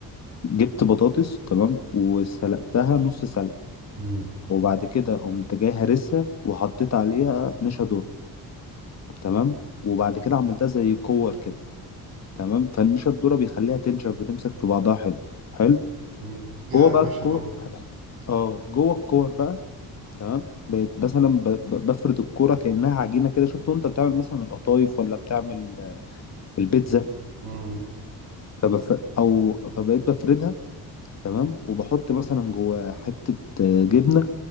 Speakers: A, on the left (about 45°); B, on the right (about 70°).
A: جبت بطاطس تمام وسلقتها نص سلق
B: مم.
A: وبعد كده قمت جاي هرسها وحطيت عليها نشا ذرة
B: مم.
A: تمام وبعد كده عملتها زي كور كده تمام فالنشا الذره بيخليها تنشف بتمسك في بعضها حلو حلو
B: مم. دي
A: جوه
B: قرمشة
A: بقى الكور
B: برضه
A: اه جوه الكور بقى تمام بقيت مثلا ب... ب- بفرد الكوره كانها عجينه كده شفت وانت بتعمل مثلا القطايف ولا بتعمل آه، البيتزا
B: مم.
A: فبف... او فبقيت بفردها تمام وبحط مثلا جوه حته آه، جبنه